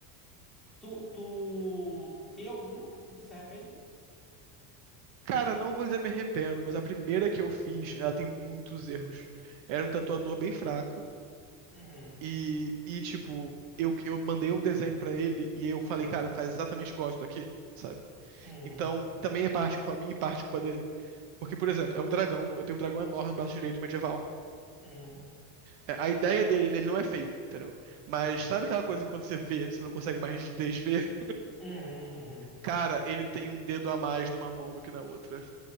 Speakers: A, in the centre; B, on the right (about 60°).
A: Tu, tu tem alguma que tu se arrepende?
B: Cara, não vou dizer me arrependo, mas a primeira que eu fiz, ela tem muitos erros. Era um tatuador
A: Hum,
B: bem fraco,
A: Uhum,
B: e, e tipo, eu, eu mandei um desenho pra ele, e aí eu falei, cara, faz exatamente igual isso aqui, sabe?
A: uhum,
B: Então, também é parte culpa minha e parte culpa dele. Porque, por exemplo, é um dragão, eu tenho um dragão enorme no braço direito medieval.
A: uhum,
B: É, A ideia dele, ele não é feio, entendeu? Mas sabe aquela coisa que quando você vê, você não consegue mais desver?
A: uhum,
B: Cara, ele tem um dedo a mais numa mão do que na outra.